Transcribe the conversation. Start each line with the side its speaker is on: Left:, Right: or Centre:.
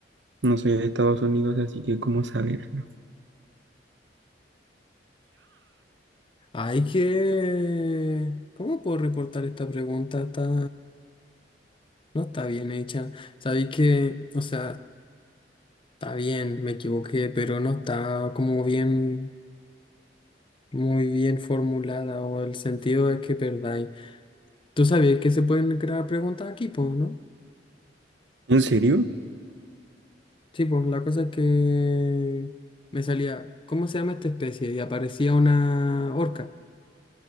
Right: No soy de Estados Unidos, así que ¿cómo saberlo?
Left: Hay que... ¿Cómo puedo reportar esta pregunta? Está... No está bien hecha. Sabéis que, o sea, Está bien, me equivoqué, pero no está como bien, muy bien formulada o el sentido es que perdáis. Tú sabías que se pueden crear preguntas aquí, pues, ¿no?
Right: ¿En serio?
Left: Sí, pues la cosa es que me salía, ¿cómo se llama esta especie? Y aparecía una orca